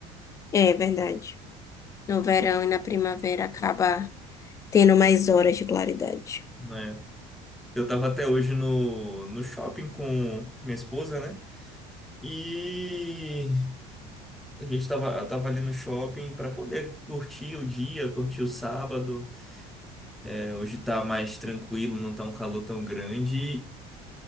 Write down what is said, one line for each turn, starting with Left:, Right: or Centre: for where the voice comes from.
Left: É verdade. No verão e na primavera acaba tendo mais horas de claridade.
Centre: Né? Eu tava até hoje no, no shopping com minha esposa, né? E a gente tava, tava ali no shopping para poder curtir o dia, curtir o sábado. É, hoje tá mais tranquilo, não tá um calor tão grande.